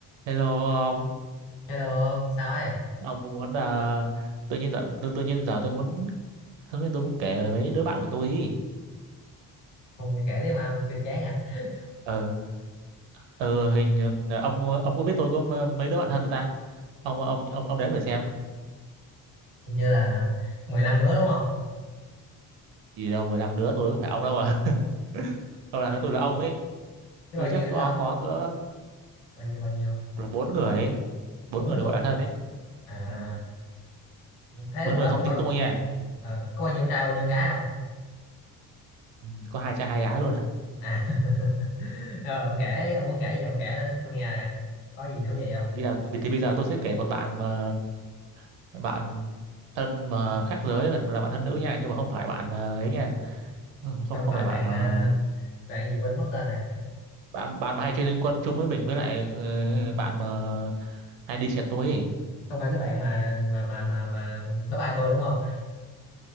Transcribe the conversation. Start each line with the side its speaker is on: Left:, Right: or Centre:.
Right: Hello ông,
Left: Hello, sao ấy?
Right: ông có muốn là tự nhiên giờ tự, tự nhiên giờ tôi muốn hứng lên tôi muốn kể về mấy đứa bạn của tôi ý.
Left: Ông nghe kể tiếp mà ông chưa chán à? <laughs>
Right: Ờ ờ hình như- ông ông có biết tôi có m- mấy đứa bạn thân người ta. Ông ông ông ông đếm để xem.
Left: Hình như là 15 đứa đúng không?
Right: Chỉ đâu 15 đứa tôi có phải ông đâu mà. <laughs> Ông làm với tôi là ông ấy.
Left: Thế
Right: Tôi
Left: bao nhiêu
Right: chắc
Left: đứa
Right: có
Left: ông?
Right: có cỡ
Left: Bao nhiêu bao nhiêu?
Right: là bốn người ấy. Bốn
Left: Bốn
Right: người
Left: người.
Right: được gọi là thân ấy.
Left: À,
Right: Ừ.
Left: thế
Right: Bốn
Left: trong
Right: người
Left: đó
Right: không
Left: có bao
Right: tính
Left: nhiêu
Right: tôi nha.
Left: ờ, có bao nhiêu trai bao nhiêu gái không?
Right: Ừ, có hai trai hai gái luôn.
Left: À. <laughs> Rồi ông kể, ông muốn kể gì ông kể thử tôi nghe này, Có gì thú vị không?
Right: Thì bây giờ thì bây giờ tôi sẽ kể một bạn mà bạn thân mà khác giới là là bạn thân nữ nha, nhưng mà không phải bạn ờ, ấy nha Ờ, không
Left: Không
Right: không
Left: phải
Right: phải bạn
Left: bạn
Right: mà
Left: à, bạn gì quên mất tên rồi.
Right: bạn bạn mà hay chơi liên quân chung với mình với lại ờ,
Left: Ừ.
Right: bạn mà hay đi xe tối ấy.
Left: Không phải cái bạn mà mà mà mà mà bye bye tôi đúng không?